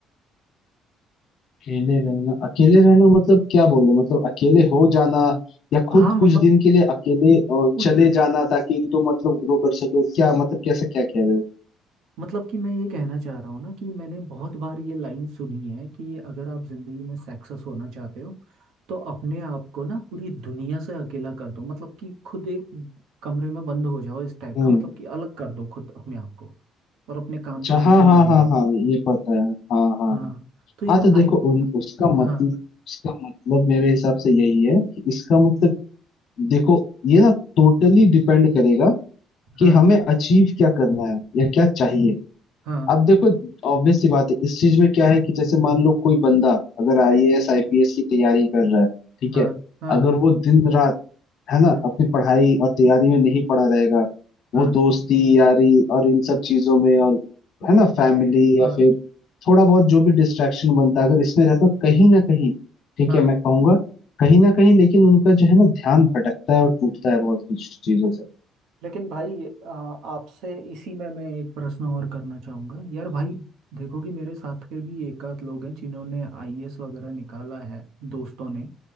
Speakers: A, on the left; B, on the right.
A: अकेले रहना अकेले रहना मतलब क्या बोल रहे हो? मतलब अकेले हो जाना या
B: हाँ
A: खुद
B: मतलब
A: कुछ दिन के लिए अकेले अ,
B: कुछ
A: चले
B: दिन
A: जाना ताकि तुम मतलब ग्रो कर सको क्या मतलब कैसे क्या कह रहे हो
B: मतलब कि मैं ये कहना चाह रहा हूँ ना कि मैंने बहुत बार ये लाइन सुनी है कि अगर आप जिंदगी में सक्सेस होना चाहते हो तो अपने आप को ना पूरी दुनिया से अकेला कर दो मतलब कि खुद एक कमरे में बंद हो जाओ इस टाइप
A: हम्म
B: का मतलब कि अलग कर दो खुद अपने आप को और अपने काम
A: अच्छा
B: के पीछे
A: हाँ
B: लगे
A: हाँ हाँ
B: रहो
A: हाँ ये पता है हाँ हाँ
B: हाँ
A: हाँ
B: तो यार
A: हाँ तो
B: भाई
A: देखो उन, उसका
B: हाँ
A: मतलब उसका मतलब मेरे हिसाब से यही है कि इसका मतलब देखो ये ना टोटली डिपेंड करेगा कि
B: हाँ
A: हमें अचीव क्या करना है या क्या चाहिए
B: हाँ
A: अब देखो ऑब्वियस सी बात है इस चीज में क्या है कि जैसे मान लो कोई बंदा अगर आईएएस आईपीएस की तैयारी कर रहा है ठीक
B: हाँ
A: है
B: हाँ
A: अगर वो दिन रात है
B: हाँ
A: ना अपनी पढ़ाई और तैयारी में नहीं पड़ा रहेगा
B: हाँ
A: वो दोस्ती यारी और इन सब चीजों में और है ना फैमिली
B: हाँ
A: या फिर थोड़ा बहुत जो भी डिस्ट्रैक्शन बनता है अगर इसमें रहता कहीं ना कहीं ठीक
B: हाँ
A: है मैं कहूंगा कहीं ना कहीं लेकिन उनका जो है ना ध्यान भटकता है और टूटता है बहुत कुछ चीजों से
B: लेकिन भाई आ, आपसे इसी में मैं एक प्रश्न और करना चाहूँगा यार भाई देखो कि मेरे साथ के भी एक आध लोग हैं जिन्होंने आईएएस वगैरह निकाला है दोस्तों ने